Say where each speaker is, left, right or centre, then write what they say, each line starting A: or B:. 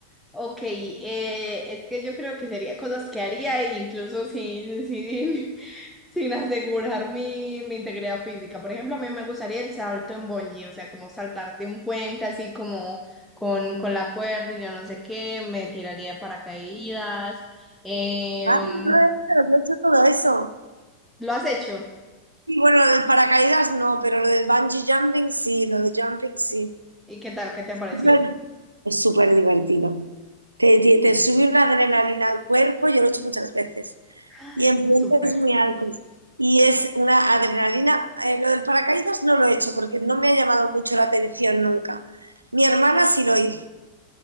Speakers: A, in the centre; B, on the right (about 85°).
A: ok, eh, es que yo creo que sería cosas que haría e incluso sin, sin, <laughs> sin asegurar mi, mi integridad física. Por ejemplo, a mí me gustaría el salto en bungee, o sea, como saltar de un puente así como con, con la cuerda y yo no sé qué, me tiraría de paracaídas. Em,
B: Ah, yo he hecho, yo he hecho todo eso.
A: ¿Lo has hecho?
B: Y bueno, lo del paracaídas no, pero lo del bungee jumping sí, lo de jumping sí.
A: ¿Y qué tal? ¿Qué te ha parecido?
B: Bueno, Es súper divertido. Te, te, te sube una adrenalina al cuerpo, yo lo he hecho muchas veces.
A: Ay,
B: Y en puentes
A: súper.
B: muy altos. Y es una adrenalina. eh, lo del paracaídas no lo he hecho porque no me ha llamado mucho la atención nunca. Mi hermana sí lo hizo